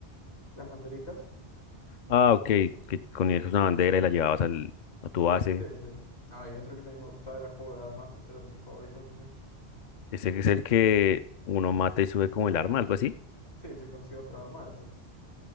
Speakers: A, on the left (about 75°); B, on the left (about 55°).
A: las banderitas.
B: Ah, ok, que ponías una bandera y la llevabas al, a tu base.
A: Sí, sí. Ah, y otro que también me gustaba era juego de armas. Ese era de mis favoritos también.
B: Ese que es el que uno mata y sube como el arma, algo así.
A: Sí, sí consigo otra arma, esos.